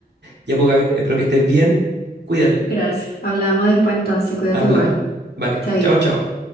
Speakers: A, on the right; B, on the left.
A: Ya, pues, Gaby, espero que estés bien. Cuídate.
B: Gracias. Hablamos después entonces. Cuídate
A: Hablamos.
B: igual.
A: Vale.
B: Chaito.
A: Chao, chao.